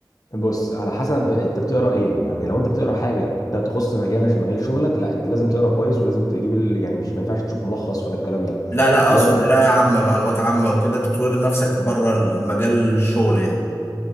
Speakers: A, on the left; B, on the left.
A: بص على حسب انت بتقرا ايه يعني لو انت بتقرا حاجه ت- تخص مجالك مجال شغلك لا انت لازم تقرا كويس ولازم تجيب ال... يعني مش ما ينفعش تشوف ملخص ولا الكلام ده
B: لا لا اقصد
A: لازم
B: قرايه عامه معلومات عامه وكده تطوير نفسك بره المجال الشغل يعني